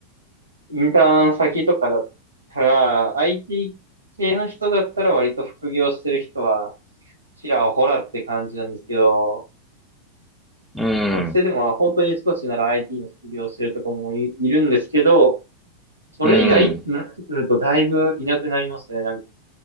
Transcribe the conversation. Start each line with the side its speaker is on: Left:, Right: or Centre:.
Right: インターン先とかだったら、IT 系の人だったら割と副業してる人は、ちらほらって感じなんですけど、
Centre: うん。
Right: 学生でも本当に少しなら IT の副業してるとかもい、いるんですけど、それ以外ってなってくるとだいぶいなくなりますね。
Centre: うん。